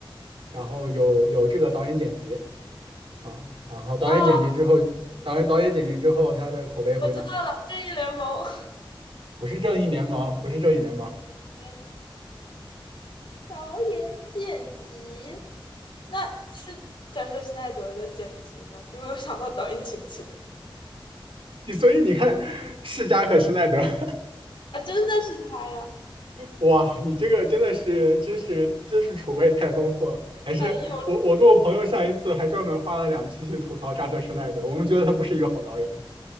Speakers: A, on the right (about 80°); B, on the left (about 70°).
A: 然后有有这个导演剪辑啊，然后导演剪辑之后，
B: 哦，
A: 导演导演剪辑之后，他的口碑回暖。
B: 我知道了，《正义联盟》
A: 不是正义联盟，不是正义联盟，
B: <laughs> 嗯导演剪辑，那是贾克施奈德的剪辑吗？你有没有想到导演剪辑
A: <laughs> 你，所以你看，世嘉克施耐德。<laughs>
B: 啊？真的是他呀？
A: 哇，你这个真的是知识知识储备太丰富了，还是我我跟我朋友上一次还专门花了两期去吐槽扎克施耐德，
B: 没有
A: 我们觉得他不是一个好导演。